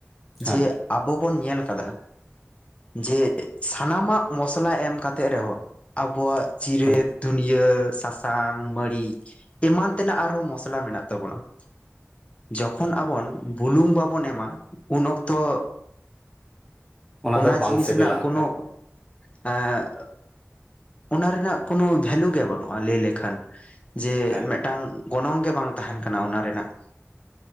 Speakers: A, in the centre; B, on the left (about 25°).
A: ᱦᱮᱸ
B: ᱡᱮ ᱟᱵᱚ ᱵᱚᱱ ᱧᱮᱞ ᱠᱟᱫᱟ ᱡᱮ ᱥᱟᱱᱟᱢᱟᱜ ᱢᱚᱥᱞᱟ ᱮᱢ ᱠᱟᱛᱮᱜ ᱨᱮᱦᱚᱸ ᱟᱵᱚᱣᱟᱜ ᱡᱤᱨᱮᱫ
A: ᱦᱮᱸ
B: ᱫᱷᱩᱱᱤᱭᱟᱹ ᱥᱟᱥᱟᱝ ᱥᱟᱥᱟᱝ ᱢᱟᱹᱨᱤᱪ ᱮᱢᱟᱱ ᱛᱮᱱᱟᱜ ᱟᱨᱦᱚᱸ ᱢᱚᱥᱞᱟ ᱢᱮᱱᱟᱜ ᱛᱟᱵᱚᱱᱟ ᱾ ᱡᱚᱠᱷᱚᱱ ᱟᱵᱚᱱ ᱵᱩᱞᱩᱝ ᱵᱟᱵᱚᱱ ᱮᱢᱟ ᱩᱱ ᱚᱠᱛᱚ ᱾ ᱚᱱᱟ
A: ᱫᱚ ᱵᱟᱝ
B: ᱡᱤᱱᱤᱥ
A: ᱥᱤᱵᱤᱞᱟ
B: ᱨᱮᱱᱟᱜ
A: ᱦᱟᱸᱠᱷᱟᱡ
B: ᱠᱳᱱᱳ ᱮ ᱾ ᱚᱱᱟ ᱨᱮᱱᱟᱜ ᱠᱳᱱᱳ ᱵᱷᱮᱞᱩ ᱜᱮ ᱵᱟᱹᱱᱩᱜᱼᱟ ᱞᱟᱹᱭ ᱞᱮᱠᱷᱟᱱ ᱡᱮ
A: ᱦᱮᱸ
B: ᱢᱤᱫᱴᱟᱝ ᱾ ᱜᱚᱱᱚᱝ ᱜᱮ ᱵᱟᱝ ᱛᱟᱦᱮᱱ ᱠᱟᱱᱟ ᱚᱱᱟ ᱨᱮᱱᱟᱜ